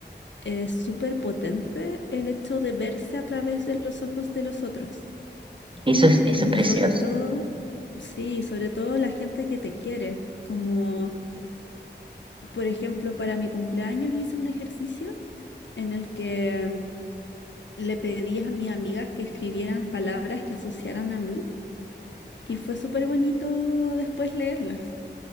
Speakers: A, on the left (about 75°); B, on the right (about 30°).
A: eh, súper potente el hecho de verse a través de los ojos de los otros.
B: Eso es, eso
A: Como
B: es precioso.
A: sobre todo, sí, sobre todo la gente que te quiere. Como, por ejemplo, para mi cumpleaños hice un ejercicio en el que le pedí a mis amigas que escribieran palabras que asociaran a mí y fue súper bonito después leerlas.